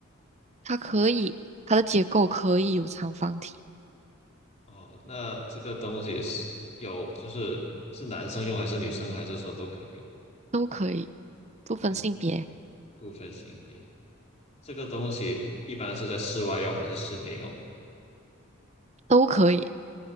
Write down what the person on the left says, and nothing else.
哦，那这个东西是有，就是是男生用还是女生用，还是说都可以用，
都不分性别？这个东西一般是在室外用还是室内用？